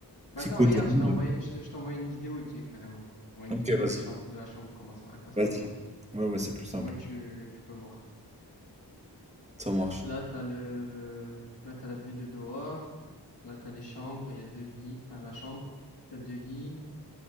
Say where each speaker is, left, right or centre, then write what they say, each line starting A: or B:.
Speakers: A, on the left (about 85°); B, on the right (about 15°).
A: bah
B: que c'est
A: attends,
B: que
A: regarde,
B: de
A: je
B: nuit.
A: t'ai envoyé,
B: euh,
A: je t'ai- je t'ai envoyé une vidéo, tu sais, carrément. Moi, une
B: Ok,
A: vidéo
B: vas-y,
A: des chambres, de la chambre, comment ça, à quoi ça
B: vas-y.
A: ressemble.
B: Ouais, ouais, c'est plus simple.
A: Au moins, tu, tu peux voir.
B: Ça marche.
A: Là, t'as le, là, t'as la vue de dehors. Là, t'as les chambres, il y a deux lits, enfin, la chambre. T'as deux lits.